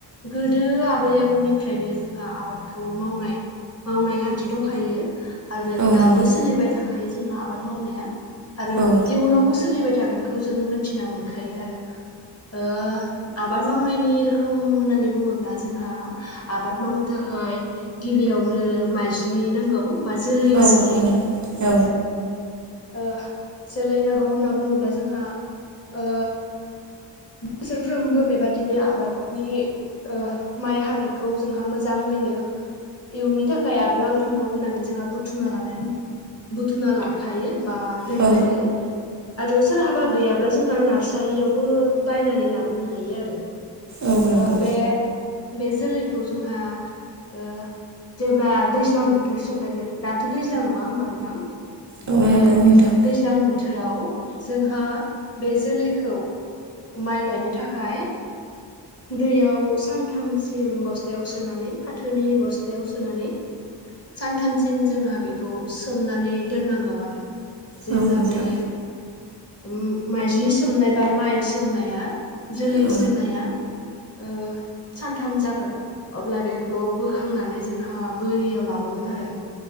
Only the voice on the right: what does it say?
औ
नंगौ
औ
औ
औ।
औ
औ नंगौ
औ
नंगौ नोंथां
औ नोंथां
औ